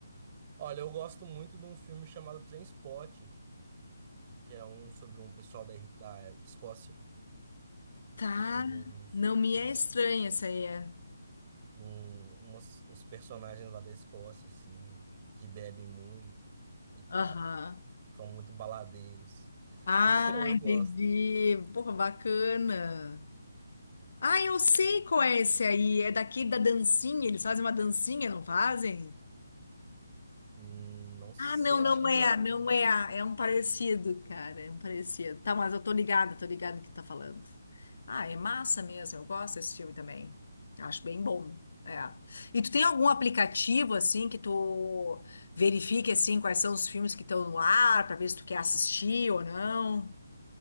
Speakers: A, on the right; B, on the left.
A: Olha, eu gosto muito de um filme chamado Trainspotting. que é um sobre um pessoal da, Ir- da Escócia.
B: Tá,
A: É sobre uns,
B: não me
A: um,
B: é estranha essa aí. é.
A: um- umas- uns personagens lá da Escócia, assim, que bebem muito e tal.
B: Aham.
A: São muito baladeiros.
B: Ah,
A: Então <laughs> eu
B: entendi.
A: gosto.
B: Porra, bacana. Ah, eu sei qual é esse aí. É daqui da dancinha. Eles fazem uma dancinha, não fazem?
A: Hum, Não sei,
B: Ah, não,
A: acho
B: não
A: que não,
B: é, não
A: não.
B: é. É um parecido, cara. É um parecido. Tá, mas eu tô ligada, tô ligada no que tu tá falando. Ah, é massa mesmo. Eu gosto desse filme também. Acho bem bom. É. E tu tem algum aplicativo assim que tu verifique assim quais são os filmes que estão no ar pra ver se tu quer assistir ou não?